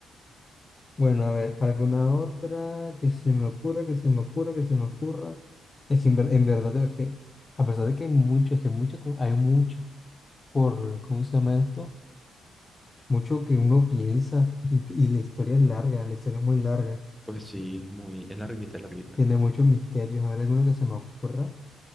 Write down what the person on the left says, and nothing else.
Bueno, a ver, alguna otra que se me ocurra, que se me ocurra, que se me ocurra. Es que en, ver- en verdad, es que, a pesar de que hay mucho, es que mucho, como- hay mucho por, ¿cómo se llama esto? Mucho que uno piensa y, y la historia es larga, la historia es muy larga.
Tiene muchos misterios. A ver, alguno que se me ocurra.